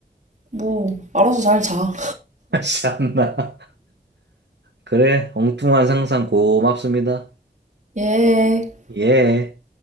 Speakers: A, on the right; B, on the right.
A: 뭐, 알아서 잘 자.
B: <laughs> 참나. 그래, 엉뚱한 상상 고맙습니다.
A: 예.
B: 예.